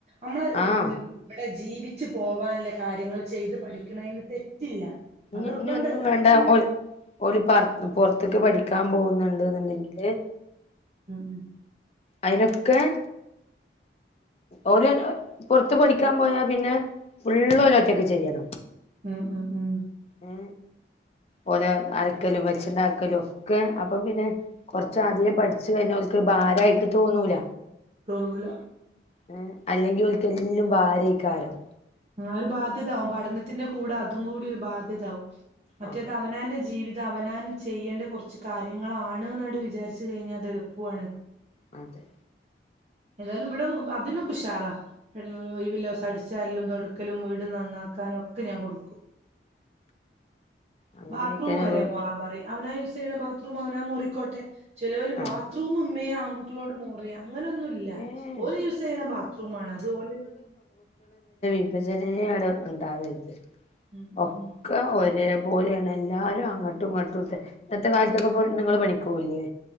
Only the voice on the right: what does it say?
അമ്മള്
വ്ടെ ജീവിച്ചു പോവാന്ള കാര്യങ്ങൾ ചെയ്ത് പഠിക്ക്ണേന് തെറ്റില്ല അത്
നിർബന്ധല്ല
മ് മ്
മ് മ് മ്
തോന്നൂല
ആ ഒര് ബാധ്യത ആഉം പഠനത്തിന്റ കൂട അതും കൂടി ഒര് ബാധ്യത ആഉം മറ്റത്
അവനാന്റ ജ് ജീവിതം അവനാന് ചെയ്യേണ്ട കൊർച്ച് കാര്യങ്ങളാണ് ന്നാട്ട് വിചാര്ച്ച് കഴിഞ്ഞാ അത് എളുപ്പും ആണ്
എതാലും വ്ടെ അതിനൊക്ക ഉഷാറാ ഒയിവ്ള്ളോസം അട്ച് ച്ചാര്ലലും തൊടക്കലും വീട് ന്നന്നാക്കാനും ഒക്കെ ഞാ കൊടുക്കും
ബാത്രൂമ്
വരെ മോറാം പറിം അവനാം യുസ് സെഎയ്യ്ണെ ബാത്റൂം അവനാം മോറിക്കോട്ടെ ചെലോല്
ബാത്റൂമ് മ്മേ ആൺകുട്ടിഎളോട് മോറിയ അങ്ങനൊന്നുല്ല
ഓല് യൂസെയ്യങണെ ബാത്റൂമാണ്. അത് ഓല്
ഉം
ഉം